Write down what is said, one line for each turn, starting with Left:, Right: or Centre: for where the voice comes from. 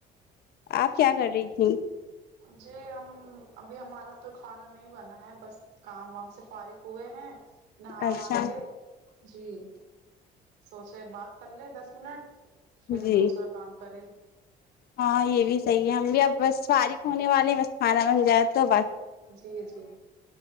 Left: آپ کیا کر رہی تھی
Right: جی ہم ابھی ہمارا تو کھانا نہیں بنا ہے بس کام وام سے فارغ ہوئے ہیں نہا
Left: اچھا
Right: وا کے جی سوچے بات کرلیں دس منٹ پھر
Left: جی
Right: دوسرا کام کرے
Left: ہاں یہ بھی صحیح ہے ہم بھی اب بس فارغ ہونے والے بس کھانا بن جائے تو ب
Right: جی جی